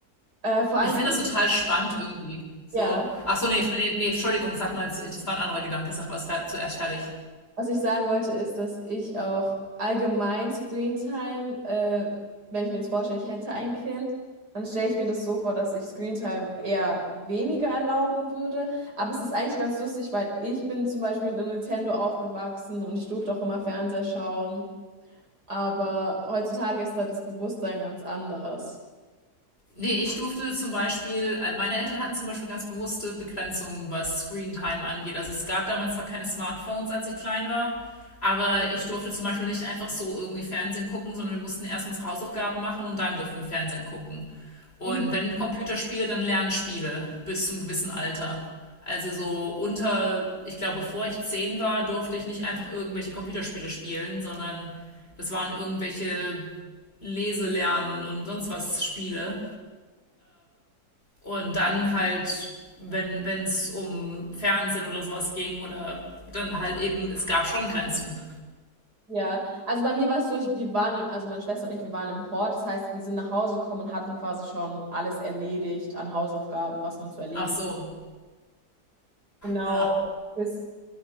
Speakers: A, on the right (about 80°); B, on the left (about 35°).
A: Äh, vor allem,
B: Ich finde
A: ich-
B: das total spannend irgendwie. So.
A: ja.
B: Ach so, nee, nee, nee, Entschuldigung, sag mal, das war ein anderer Gedanke, sag mal, es war zuerst fertig.
A: Was ich sagen wollte, ist, dass ich auch allgemein Screentime, äh, wenn ich mir jetzt vorstelle, ich hätte ein Kind, dann stelle ich mir das so vor, dass ich Screentime eher weniger erlauben würde. Aber es ist eigentlich ganz lustig, weil ich bin zum Beispiel mit einem Nintendo aufgewachsen und ich durfte auch immer Fernseher schauen. Aber heutzutage ist da das Bewusstsein ganz anders.
B: Nee, ich durfte zum Beispiel, äh, meine Eltern hatten zum Beispiel ganz bewusste Begrenzungen, was Screentime angeht. Also es gab damals zwar keine Smartphones, als ich klein war, aber ich durfte zum Beispiel nicht einfach so irgendwie Fernsehen gucken, sondern wir mussten erst unsere Hausaufgaben machen und dann durften wir Fernsehen gucken. Und
A: Mhm.
B: wenn Computerspiele, dann Lernspiele bis zum gewissen Alter. Also so unter, ich glaube, bevor ich zehn war, durfte ich nicht einfach irgendwelche Computerspiele spielen, sondern das waren irgendwelche Leselernen und sonst was Spiele. Und dann halt, wenn es um Fernsehen oder sowas ging oder dann halt eben, es gab schon Grenzen.
A: Ja, also bei mir war es so, ich, wir waren im, also meine Schwester und ich, wir waren im Hort. Das heißt, wir sind nach Hause gekommen und hatten quasi schon alles erledigt an Hausaufgaben, was man zu erledigen.
B: Ach so,
A: Genau,
B: Ja.
A: bis,